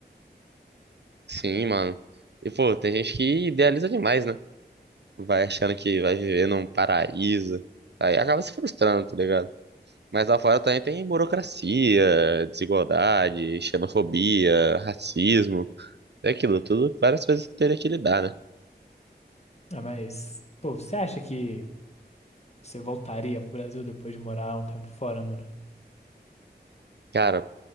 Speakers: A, on the right (about 75°); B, on the left (about 35°).
A: Sim, mano. E, pô, tem gente que idealiza demais, né? Vai achando que vai viver num paraíso, aí acaba se frustrando, tá ligado? Mas lá fora também tem burocracia, desigualdade, xenofobia, racismo, é aquilo tudo, várias coisas que teria que lidar, né?
B: Ah, mas, pô, você acha que Você voltaria pro Brasil depois de morar um tempo fora, mano?
A: Cara,